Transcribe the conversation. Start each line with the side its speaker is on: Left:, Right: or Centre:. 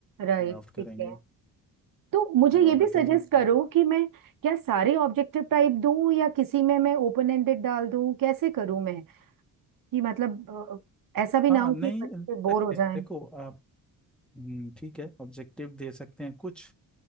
Right: राइट
Centre: ड्राफ्ट करेंगे
Right: ठीक है तो मुझे
Centre: अब
Right: ये
Centre: आप
Right: भी
Centre: बताइए
Right: सजेस्ट करो
Centre: क्या
Right: कि मैं क्या सारे ऑब्जेक्टिव टाइप दूं या किसी में मैं ओपन एंडेड डाल दूं कैसे करूं मैं कि मतलब अ, ऐसा भी
Centre: हाँ
Right: ना हो
Centre: नहीं
Right: कि बच्चे
Centre: दे
Right: बोर
Centre: सकते
Right: हो जाएं
Centre: हैं देखो आप हम्म, ठीक है ऑब्जेक्टिव दे सकते हैं कुछ